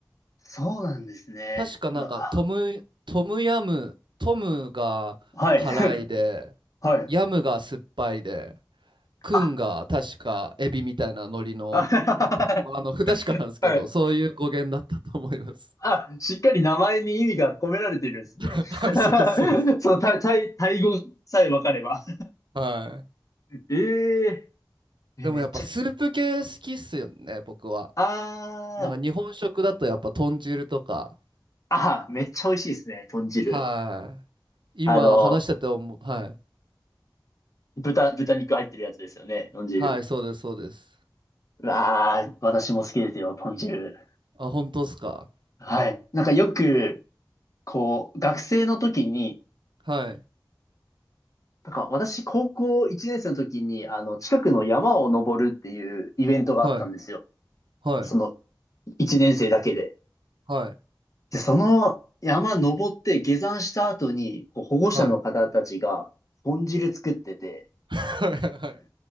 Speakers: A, on the left; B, on the right.
A: そうなんですね。
B: 確かなんかトム、
A: うわ。
B: トムヤムトムが辛いで
A: はい。<laughs> はい。
B: ヤムが酸っぱいでクンが確かエビみたいな海苔のあ僕もあの不確かなんですけどそういう語源だったと思います
A: あ、あ <laughs> はい。あ、しっかり名前に意味が込められてるんですね。
B: <laughs> はい、
A: <laughs>
B: そうそうそ
A: その、タイ、タイタイ語さえ分かれば。
B: う。はい。
A: えええめっちゃ、
B: でもやっぱスープ系好きっすよね、僕は。
A: あ
B: なんか日本食だとやっぱ豚汁とか。
A: あ、あめっちゃ美味しいですね、豚汁。
B: はい。
A: あの、
B: 今話してて思う。はい。
A: 豚、豚肉入ってるやつですよね、豚汁。
B: はい、そうです、そうです。
A: わあ私も好きですよ、豚汁。
B: あ、本当っすか。
A: はい。なんかよく、こう、学生の時に、
B: はい。
A: なんか私、高校1年生の時に、あの、近くの山を登るっていうイベントがあったんですよ。
B: はい。はい。
A: その、1年生だけで。
B: はい。
A: で、その山登って下山した後に、こう保護者の方たちが豚汁作ってて、
B: はい。はい。